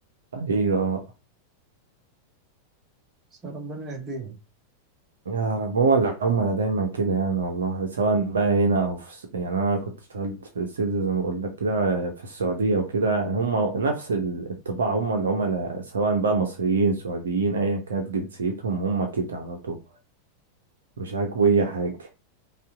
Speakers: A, on the right; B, on the right.
A: ايوه
B: بس ربنا يهديهم
A: يا رب هو العملاء دايما كده يعني والله سواء بقى هنا او في الس- يعني انا كنت اشتغلت في السيلز زي ما بقول لك كده في السعوديه وكده هم نفس ال- الطباع هم العملاء سواء بقى مصريين سعوديين ايا كانت جنسيتهم هم كده على طول مش عاجبه اي حاجه